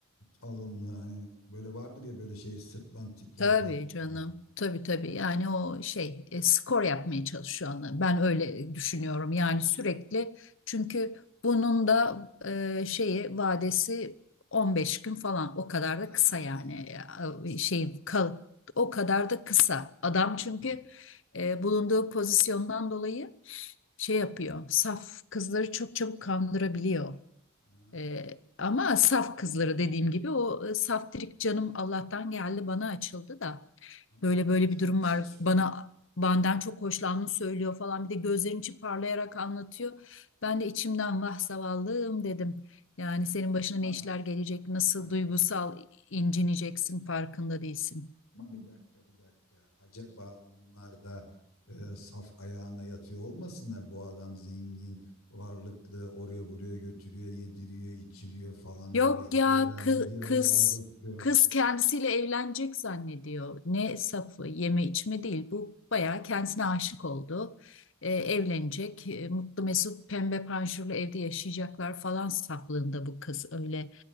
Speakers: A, on the left; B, on the left.
A: alımlı hani böyle vardır ya böyle şey sırtlan tipler
B: tabii
A: falan.
B: canım
A: filan.
B: tabii tabii yani o şey e, skor yapmaya çalışıyor anla. Ben öyle düşünüyorum yani sürekli çünkü bunun da e, şeyi vadesi 15 gün falan o kadar
A: <laughs>
B: da kısa yani
A: O kadar mı kısa?
B: E, şey kal, o kadar da kısa adam çünkü e, bulunduğu pozisyondan dolayı şey yapıyor saf kızları çok çabuk kandırabiliyor.
A: Ha,
B: Ee, ama
A: işte.
B: saf kızları dediğim gibi o e, saftirik canım Allah'tan geldi bana açıldı da
A: Ama
B: böyle
A: bak
B: böyle
A: ben sana
B: bir durum
A: bir şey
B: var
A: söyleyeyim.
B: bana benden çok hoşlandığını söylüyor falan bir de gözlerin içi parlayarak anlatıyor. Ben de içimden vah zavallım dedim. Yani senin başına ne
A: Ha,
B: işler gelecek nasıl
A: bir dakika.
B: duygusal incineceksin farkında değilsin.
A: Ama bir dakika bir dakika. Acaba onlar da e, saf ayağına yatıyor olmasınlar? Bu adam zengin, varlıklı, oraya buraya götürüyor, yediriyor, içiriyor falan
B: Yok
A: böyle hediyeler,
B: ya kız
A: medyeler
B: kız
A: havada uçuyor.
B: kız kendisiyle evlenecek zannediyor. Ne safı yeme içme değil bu bayağı kendisine aşık oldu. Ee, evlenecek e, mutlu mesut pembe panjurlu evde yaşayacaklar falan saflığında bu kız öyle.